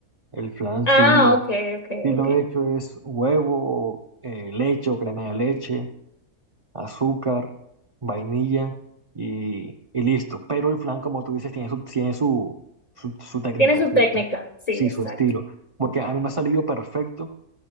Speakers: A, on the right; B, on the left.
A: El flan
B: Ah,
A: sí.
B: ok, ok,
A: Sí, lo
B: ok.
A: he hecho es huevo, eh, leche o crema de leche, azúcar, vainilla y, y listo. Pero el flan, como tú dices, tiene su, tiene su, su, su técnica,
B: Tiene su
A: ¿cierto?
B: técnica. Sí,
A: Sí,
B: exacto.
A: su estilo. Porque a mí me ha salido perfecto